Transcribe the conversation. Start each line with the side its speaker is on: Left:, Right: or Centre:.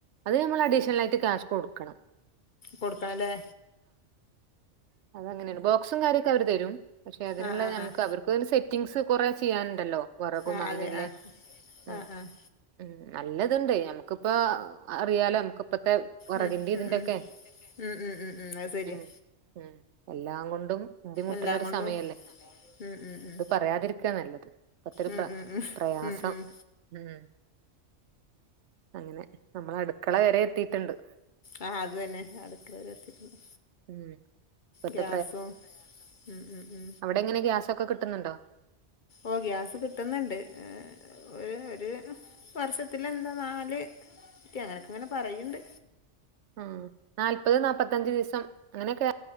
Right: അത് ഞമ്മള് അഡീഷണലായിട്ട് ക്യാഷ് കൊടുക്കണം
Left: കൊട്ക്കണം ല്ലേ
Right: അത്‌ അങ്ങനേണ് ബോക്സും കാര്യൊക്കെ അവര് തെരും പക്ഷെ അതിന്ള്ളെ
Left: ആഹ് ആഹ്
Right: ഞമ്മക്ക്
Left: ആഹ്
Right: അവർ ക്ക് പിന്നെ സെറ്റിങ്സ് കൊറേ ചെയ്യാന് ഇണ്ടല്ലോ വറകും
Left: ആഹ്
Right: അങ്ങനെയില്ലെ
Left: അതെ ആഹ്
Right: ഉം
Left: ആഹ് ആഹ്
Right: ഉം നല്ലത്ണ്ടെയ് ഞമ്മക്ക്പ്പോ അറിയാലോ ഞമ്മക്ക് ഇപ്പത്തെ വറകിന്റിം
Left: ഉം
Right: ഇതിന്റെഒക്കെ
Left: ഉം ഉം ഉം ഉം ഉം അത് ശരിയാ
Right: ഉം ഉം എല്ലാം കൊണ്ടും ബുദ്ധിമുട്ട്ണ
Left: എല്ലാം
Right: ഒരു
Left: കൊണ്ടും
Right: സമയല്ലേ
Left: ഉം ഉം ഉം
Right: അത് പറയാതിര്ക്കാ നല്ലത് ഇപ്പത്തെ ഒരു
Left: ഉം
Right: പ്ര
Left: ഉം ഉം
Right: പ്രയാസം
Left: ഉം ഉം
Right: ഉം അങ്ങനെ നമ്മളെ അട്ക്കള വെരെ എത്തിയിറ്റ്ണ്ട്
Left: ആഹ് അത് തന്നെ അടുക്കളവരെ എത്തിട്ട്ണ്ട്
Right: ഉം ഇപ്പത്തെ
Left: ഗ്യാസും ഉ ഉ ഉ
Right: ഇപ്പം എങ്ങനെ ഗ്യാസൊക്കെ കിട്ടുന്നുണ്ടോ
Left: ഓ ഗ്യാസ് കിട്ടുന്നുണ്ട് ഒരു ഒരു വർഷത്തില എന്താ നാല് ക്കെ അങ്ങനെക്കെ ഇങ്ങനെ പറയണ്ട്
Right: ആഹ് നാല്പത് നാല്പ്പത്തഞ്ച് ദിവസം അങ്ങനെയൊക്കെ